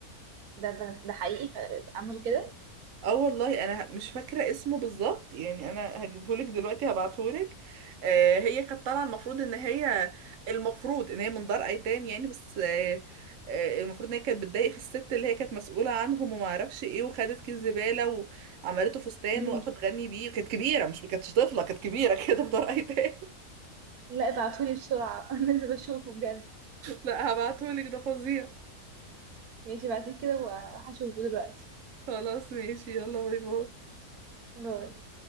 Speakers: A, on the right (about 80°); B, on the right (about 60°).
A: ده ده ده حقيقي ف- عملوا كده
B: اه والله انا ه- مش فاكره اسمه بالظبط يعني انا هجيبهولك دلوقتي هبعتهولك آه هي كانت طالعه المفروض ان هي المفروض ان هي من دار ايتام يعني بس آه آه المفروض ان هي كانت بتضايق في الست اللي هي كانت مسؤوله عنهم وما اعرفش ايه وخدت كيس زباله وعملته فستان
A: امم
B: وقفت تغني بيه كانت كبيره مش كانتش طفله كانت كبيره <laughs> كده في دار ايتام
A: لا ابعتولي بسرعة <laughs> لازم اشوفه بجد
B: لا هبعتهولك ده فظيع
A: ماشي بعد كده وهشوفه دلوقتي
B: خلاص ماشي يلا باي باي
A: باي